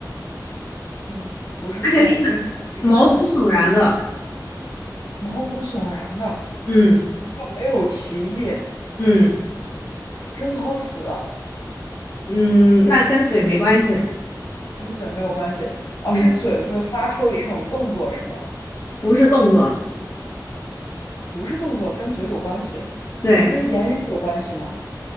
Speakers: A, on the left; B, on the left.
A: 嗯，不是骗，
B: 而且是
A: 跟嘴有关系，
B: 毛骨悚然的。
A: 毛骨悚然的，
B: 嗯
A: 没有歧义，
B: 嗯
A: 真好死。
B: 嗯，那跟嘴没关系，
A: 跟嘴没有关系，哦，
B: 嗯，
A: 是嘴会发出的一种动作是吗？
B: 不是动作，
A: 不是动作，跟嘴有关系，
B: 对，
A: 那是跟言语有关系吗？